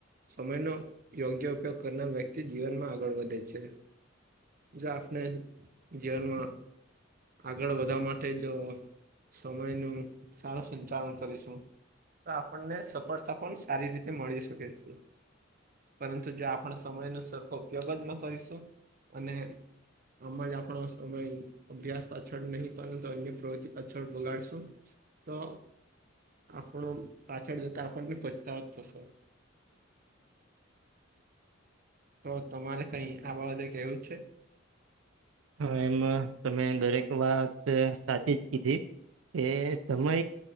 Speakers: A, on the right (about 45°); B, on the right (about 80°).
A: સમયનો યોગ્ય ઉપયોગ કરનાર વ્યક્તિ જીવનમાં આગળ વધે છે. જો આપને જીવનમાં. આગળ વધવા માટે જ સમયનું સારું સંચાલન કરીશું. તો આપણને સફળતા પણ સારી રીતે મળી શકે છે. પરંતુ જે આપણે સમય ન સરખો ઉપયોગ જ ન કરીશું અને. ઓમજ આપણો સમય. અભ્યાસ પાછળ નહીં પરંતુ અન્ય પ્રવૃત્તિ પાછળ બગાડશું તો. આપણો પાછળ જતા આપણને પછતાવો જ થશે.
B: <inaudible>
A: તો તમારે કઈ આ બાબતે કેવું છે.
B: હા એમ તમે દરેક વાત સાચી જ કીધી. એ સમય